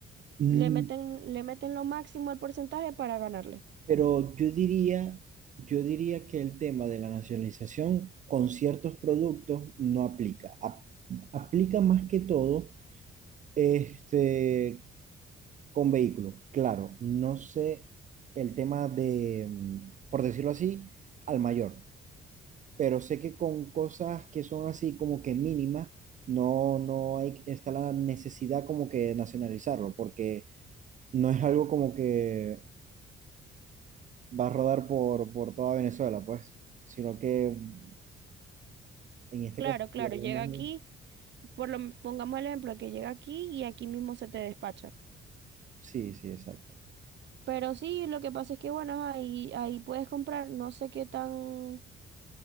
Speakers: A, on the right; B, on the right.
A: mm,
B: le meten, le meten lo máximo al porcentaje para ganarle.
A: pero yo diría, yo diría que el tema de la nacionalización con ciertos productos no aplica. Ap- aplica más que todo este, con vehículos. Claro, no sé el tema de, mm, por decirlo así, al mayor. pero sé que con cosas que son así como que mínimas, no, no hay, está la necesidad como que de nacionalizarlo, porque no es algo como que va a rodar por, por toda Venezuela, pues, sino que en este
B: Claro,
A: caso sí
B: claro,
A: hablamos
B: llega aquí,
A: de-
B: por lo, pongamos el ejemplo, que llega aquí y aquí mismo se te despacha.
A: Sí, sí, exacto.
B: Pero sí, lo que pasa es que, bueno, ahí, ahí puedes comprar, no sé qué tan